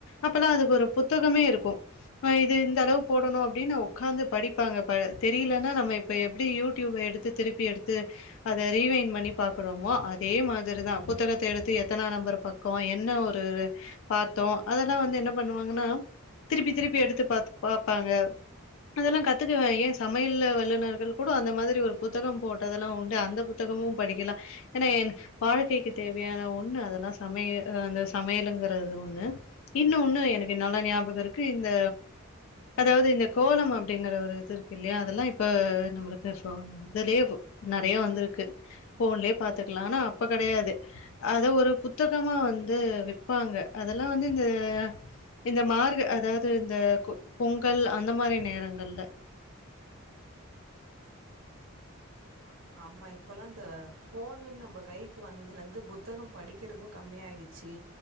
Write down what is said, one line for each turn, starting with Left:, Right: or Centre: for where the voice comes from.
Left: அப்பலா அதுக்கு ஒரு புத்தகமே இருக்கும் ஆ இது இந்த அளவு போடணு அப்டின்னு ஒக்காந்து படிப்பாங்க இப்ப தெரியலனா நம்ம இப்ப எப்டி யூடியூப்ப எடுத்து திருப்பி எடுத்து அத ரீவைண்ட் பண்ணி பாக்குறோமோ அதே மாதிரிதா புத்தகத்த எடுத்து எத்தனா நம்பர் பக் கோ என்ன ஒரு பாத்தோ அதெல்லா வந்து என்ன பண்ணுவாங்கனா திருப்பி திருப்பி எடுத்து பாத்து பாப்பாங்க அதெல்லா கத்துக்குவே ஏ சமையல்ல வல்லுநர்கள் கூட அந்த மாதிரி ஒரு புத்தகம் போட்டதெல்லா உண்டு அந்த புத் த்தகமு படிக்கலா ஏனா என் வாழ்க்கைக்கு தேவையான ஒன்னு அதெல்லா சமையல் அ அந்த சமையலுங்கிறது ஒன்னு இன்ன ஒன்னு எனக்கு நல்லா ஞாபக இருக்கு இந்த அதாவ்து இந்த கோலம் அப் ப்படிங்கிற ஒரு இது இருக்கு இல்லையா அதெல்லா இப்ப நம்மளுக்கு இப்போ இதுலேவு நெறையா வந்துருக்கு ஃபோன்லே பாத்துக்கலா ஆனா அப்ப கெடையாது அது ஒரு புத்தகமா வந்து விப்பாங்க அதெல்லா வந்து இந்த இந்த மார்க அதாவ்து இந்த கொ பொங்கல் அந்த மாரி நேரங்கள்ல
Right: ஆ ஆமா இப்பலா இந்த ஃபோன்னு நம்ப கைக்கு வந்ததுலருந்து புத்தக படிக்கிறது கம்மியாயிடு சச்சு